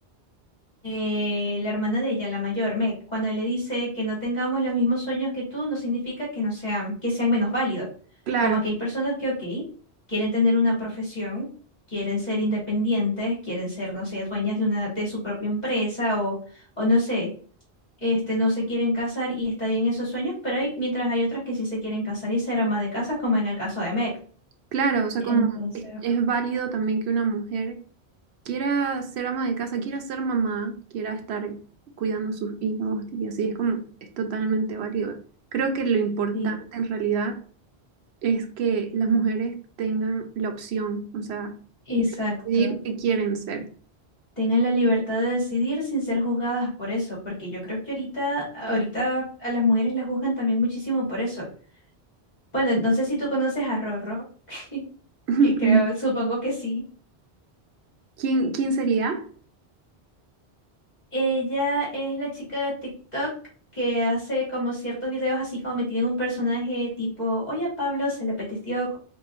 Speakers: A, on the left (about 40°); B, on the right (about 80°).
A: eh, la hermana de ella, la mayor, Meg, cuando le dice que no tengamos los mismos sueños que tú, no significa que no sean, que sean menos válidos.
B: Claro,
A: Como que hay personas que, ok, quieren tener una profesión, quieren ser independientes, quieren ser, no sé, dueñas de una, de su propia empresa o, o no sé, este, no se quieren casar y está bien esos sueños, pero hay, mientras hay otras que sí se quieren casar y ser ama de casa, como en el caso de Meg.
B: claro, o sea,
A: Entonces,
B: como es, es válido también que una mujer quiera ser ama de casa, quiera ser mamá, quiera estar cuidando a sus hijos y así es como es totalmente válido. Creo que lo importante
A: sí.
B: en realidad es que las mujeres tengan la opción, o sea,
A: Exacto.
B: decidir qué quieren ser.
A: Tengan la libertad de decidir sin ser juzgadas por eso, porque yo creo que ahorita, ahorita a las mujeres las juzgan también muchísimo por eso. Bueno, no sé si tú conoces a Rorro, <laughs>
B: <laughs>
A: que creo, supongo que sí.
B: ¿Quién, quién sería?
A: Ella es la chica de TikTok que hace como ciertos videos así como metida en un personaje tipo, oye a Pablo se le apeteció